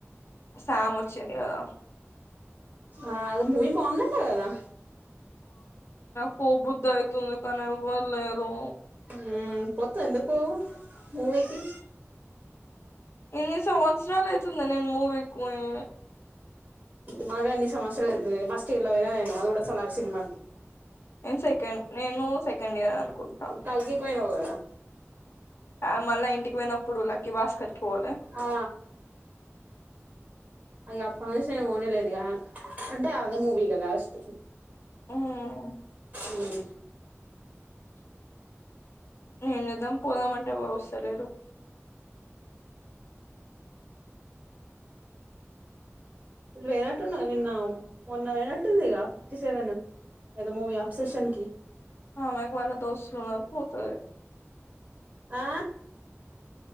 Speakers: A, on the left (about 60°); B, on the right (about 35°).
A: సామ్ వచ్చింది గదా
B: ఆ అది మూవీ బాగుందంట గదా
A: పో బుద్ధి అయితుంది కానీ ఎవ్వరులేరు.
B: ఉమ్మ్ పొత్తవ్ ఎందుకు పోవు మూవికి
A: ఎన్ని సంవత్సరాలు అయితుంది నేను మూవీకి పోయీ
B: మరీ అన్ని సమసయలు అయితది ఫస్ట్ ఎల్లెగా నేను అది కూడా సలార్ సినిమాకి
A: నేను సెకండ్ నేను సెకండ్ ఇయర్ అను కుంటా
B: కల్కికి పోయినావు కదా
A: ఆ మళ్ళా ఇంటికి పోయినప్పుడు లక్కీ భాస్కర్ కి పోలే
B: ఆ అదిగో అప్పటినుంచి నేను పోనే లేదు కొద్దిగా అంటే అదే మూవి ఇంక లాస్ట్
A: ఉమ్మ్
B: ఉం
A: నేను నిదం పోదామంటే ఎవరు వస్తలేరు
B: లేనట్టుఉన్నది నిన్న మొన్న పోయినట్టుందిగ ఫిఫ్టీ సెవెన్ ఏదో మూవీ అప్సెషన్ కి
A: ఆ అమ్మాయికి వాళ్ళ దోస్తులున్నారు పోతది
B: ఆ